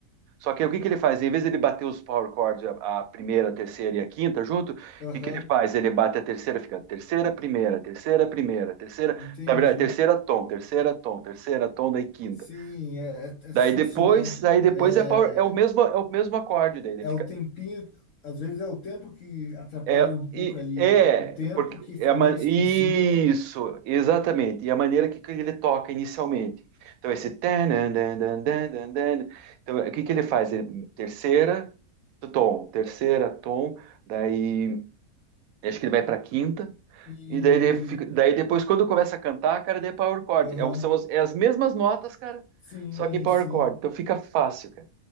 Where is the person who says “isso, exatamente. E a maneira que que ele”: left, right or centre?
Right